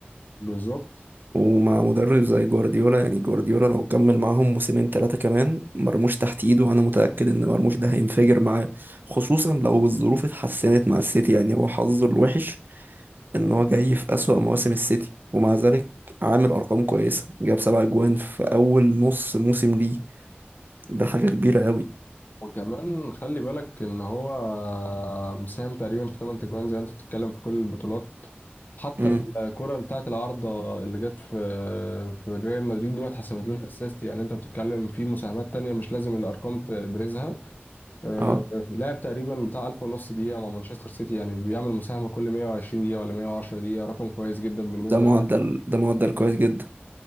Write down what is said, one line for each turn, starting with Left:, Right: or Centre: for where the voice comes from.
Left: بالظبط
Right: ومع مدرب زي جوارديولا يعني جوارديولا لو كمل معاهم موسمين ثلاثة كمان مرموش تحت ايده وانا متأكد ان مرموش ده هينفجر معاه خصوصا لو الظروف اتحسنت مع السيتي يعني هو حظه الوحش ان هو جاي في أسوأ مواسم السيتي ومع ذلك عامل ارقام كويسة جاب سبع اجوان في اول نص موسم ليه ده حاجة كبيرة قوي
Left: وكمان خلي بالك ان هو مساهم تقريبا في 8 تجوان زي ما انت بتتكلم في كل البطولات حتى
Right: امم
Left: الكرة بتاعت العارضة اللي جت في في ريال مدريد دي ما اتحسبتلوش اسيست يعني انت بتتكلم في مساهمات تانية مش لازم الارقام تبرزها آه،
Right: اه
Left: لعب تقريبا بتاع 1000 ونص دقيقة مع مانشستر سيتي يعني بيعمل مساهمة كل 120 دقيقة ولا 110 دقيقة رقم كويس جدا بالنسبة
Right: ده معدل
Left: للاعب.
Right: ده معدل كويس جدا